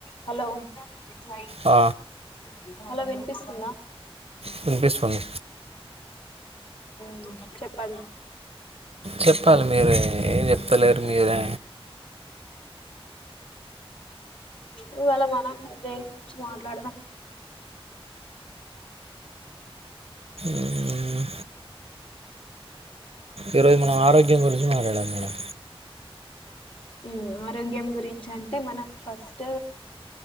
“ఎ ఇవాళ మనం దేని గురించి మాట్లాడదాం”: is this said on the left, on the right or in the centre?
Left